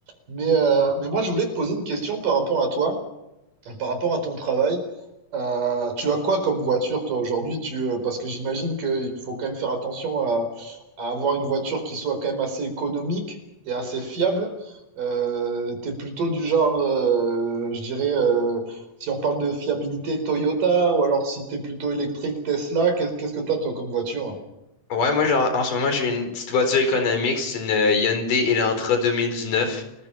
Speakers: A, on the right (about 75°); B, on the left (about 75°).
A: Mais, euh, mais moi, je voulais te poser une question par rapport à toi. Par rapport à ton travail, euh, tu as quoi comme voiture toi aujourd'hui? Tu, euh, parce que j'imagine qu'il faut quand même faire attention à, à avoir une voiture qui soit quand même assez économique et assez fiable. Euh, t'es plutôt du genre, euh, je dirais, euh, si on parle de fiabilité Toyota ou alors si t'es plutôt électrique Tesla, qu'est- qu'est-ce que t'as toi comme voiture?
B: Ouais, moi, j'en- en, ce moment, j'ai une petite voiture économique. C'est une euh, Hyundai Elantra 2019.